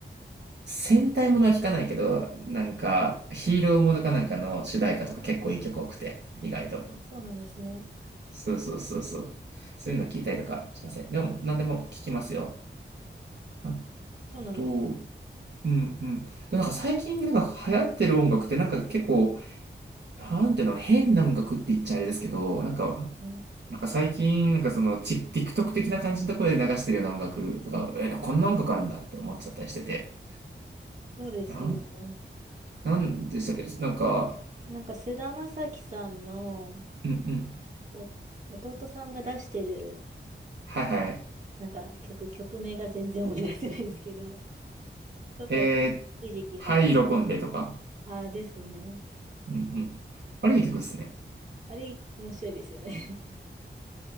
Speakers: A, on the right; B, on the right.
A: 戦隊ものは聴かないけど、なんかヒーローものかなんかの主題歌とか結構いい曲多くて、意外と。
B: あ、そうなんですね。
A: そうそうそうそう。そういうの聞いたりとかしません。でも、何でも聞きますよ。あ
B: そうなんです
A: と、うんうん。でもなんか最近なんか流行ってる音楽ってなんか結構、なんていうの、変な音楽って言っちゃあれですけど、なんか、
B: ね。
A: なんか最近なんかそのち TikTok 的な感じのところで流してるような音楽とか、え、こんな音楽あるんだって思っちゃったりしてて。
B: そうですよね。
A: なん、なんでしたっけ、なんか、
B: なんか菅田将暉さんの
A: うんうん。
B: お弟さんが出してる
A: はいはい。
B: なんか曲、曲名が全然思い出せないんですけど、とか、
A: えー、
B: 一時期はや、
A: ハイロコンデとか。
B: ああですね。
A: うんうん。あれいい曲っすね。
B: あれ面白いですよね。<laughs>